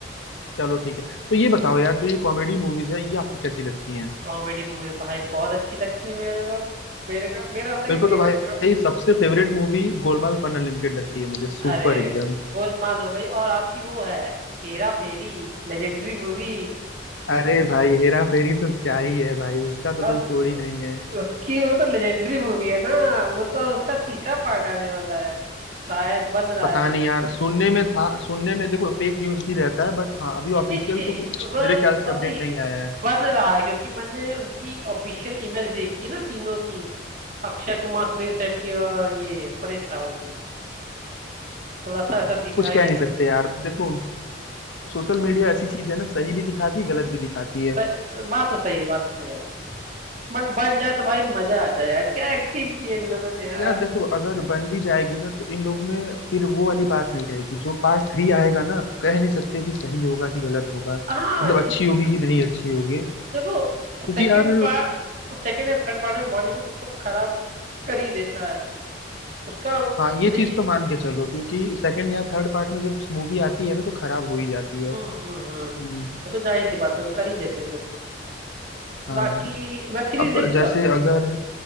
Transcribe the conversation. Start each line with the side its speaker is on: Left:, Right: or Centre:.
Left: चलो ठीक है तो ये बताओ यार जो ये कॉमेडी मूवीज है ये आपको कैसी लगती हैं
Right: कॉमेडी मूवीज भाई बहुत अच्छी लगती है मेरे को मेरे को मेरा मतलब
Left: मेरे
Right: कि
Left: को तो
Right: फेवरेट
Left: भाई भाई
Right: जॉनर
Left: सबसे favourite movie Golmaal fun unlimited लगती है मुझे सुपर
Right: अरे
Left: एकदम
Right: गोलमाल हो गई और आपकी वो है हेरा फेरी लेजेंडरी मूवी
Left: अरे भाई हेरा फेरी तो क्या ही है भाई उसका तो
Right: बस
Left: कोई तोड़ ही नहीं है
Right: उसकी वो तो लेजेंडरी मूवी है ना वो तो अब उसका तीसरा पार्ट आने वाला है शायद बन रहा
Left: पता
Right: है अभी
Left: नहीं
Right: तो
Left: यार सुनने में था सुनने में देखो फेक न्यूज भी रहता है बट हाँ अभी ऑफिशियल
Right: नहीं नहीं नहीं
Left: तो कुछ
Right: वो
Left: मेरे ख्याल से
Right: और
Left: अपडेट
Right: नहीं
Left: नहीं आया है
Right: बन रहा है क्योंकि मैंने उनकी ऑफिशियल इमेज देखी है ना तीनों की अक्षय कुमार सुनील शेट्टी और ये परेश रावल की थोड़ा सा ऐसा दिखाया
Left: कुछ कह
Right: गया
Left: नहीं
Right: था
Left: सकते यार देखो सोशल मीडिया ऐसी चीज है ना सही भी दिखाती है गलत भी दिखाती है
Right: स- बात तो सही है बात तो सही है आपकी बट बन जाए तो भाई मजा आ जाए यार क्या एक्टिंग की है इन लोगों ने यार
Left: यार देखो अगर बन भी जाएगी ना तो इन लोग में फिर वो वाली बात नहीं रहेगी जो पार्ट थ्री आएगा ना कह नहीं सकते कि सही होगा कि गलत होगा
Right: हाँ
Left: मतलब
Right: ये
Left: अच्छी
Right: तो
Left: होगी कि नहीं अच्छी होगी
Right: देखो
Left: क्योंकि
Right: सेकंड
Left: यार
Right: पार्ट सेकंड या थर्ड पार्ट में बॉलीवुड सब खराब कर ही देता है उसका वही
Left: हाँ ये चीज तो
Right: है
Left: मान के चलो क्योंकि सेकंड या थर्ड पार्ट में जब मूवी आती है ना तो खराब हो ही जाती है
Right: हम्म हम्म हम्म
Left: हम्म,
Right: ये तो जाहिर सी बात है कर ही देते हैं लोग
Left: हाँ
Right: बाकी वेब सीरीज
Left: अब
Right: देखते
Left: जैसे
Right: हो आप
Left: अगर